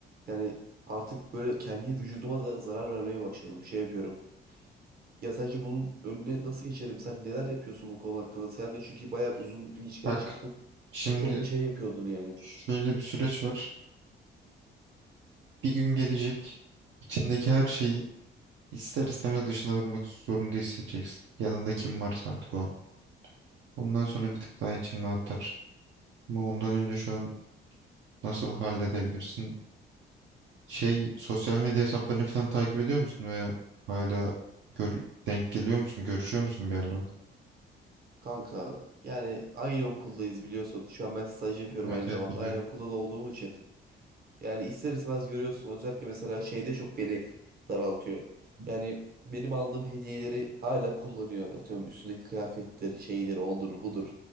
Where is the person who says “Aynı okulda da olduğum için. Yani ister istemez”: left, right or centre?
Right